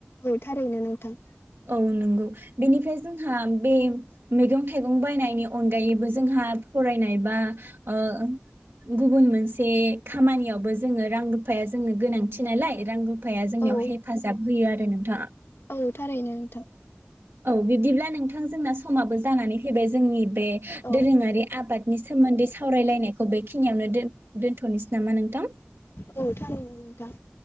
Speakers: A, on the left; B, on the right.
A: औ थारैनो नोंथां।
B: औ नंगौ बेनिफ्राय जोंहा बे मैगं थाइगं बायनायनि अनगायैबो जोंहा फरायनाय बा ओ गुबुन मोनसे खामानियावबो जोङो रां रुफाया जोंनो गोनांथि नालाय रां रु फाया जोंनियाव
A: औ
B: हेफाजाब होयो आरो नों थांआ
A: औ। थारैनो नोंथां।
B: औ बिब्दिब्ला नोंथां जोंना समाबो जानानै फैबाय जोंनि बे
A: औ
B: दोरोङारि आबादनि सोमोन्दै सावरायलायनायखौ बेखिनियावनो दोन दोन्थ'नोसै नामा नोंथां?
A: औ थारैनो नोंथां